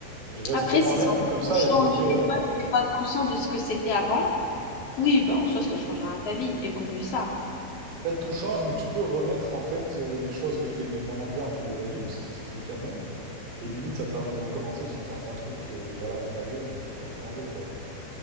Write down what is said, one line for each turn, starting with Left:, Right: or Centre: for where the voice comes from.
Right: je resterai
Left: Après,
Right: moi-même
Left: si ça
Right: comme ça
Left: un change
Right: et je refais.
Left: et
Right: euh,
Left: pas, t'es pas conscient de ce que c'était avant, oui, bah en soi, ça changera ta vie, et vaut mieux ça.
Right: En fait, tout change, mais tu peux remettre en fait euh, les choses que t'aimais vraiment bien, tu les remets parce que t'es toujours toi-même. Et limite, ça te permet de recommencer sur certains trucs euh, voilà, que t'avais, mais tu peux en changer quoi.